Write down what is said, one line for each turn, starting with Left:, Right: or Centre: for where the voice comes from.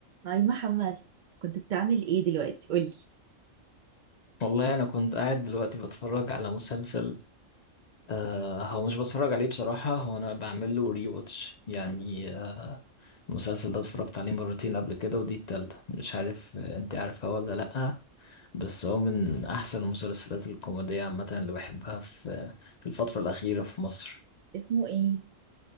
Right: هاي محمد كنت بتعمل ايه دلوقتي قولي
Left: والله أنا كنت قاعد دلوقتي بتفرج على مسلسل آه هو مش بتفرج عليه بصراحة هو أنا بعمل له ري واتش يعني آه، المسلسل ده اتفرجت عليه مرتين قبل كده ودي التالتة مش عارف آه، أنت عارفها ولا لأ بس هو من أحسن المسلسلات الكوميدية عامة اللي بحبها في في الفترة الأخيرة في مصر
Right: اسمه ايه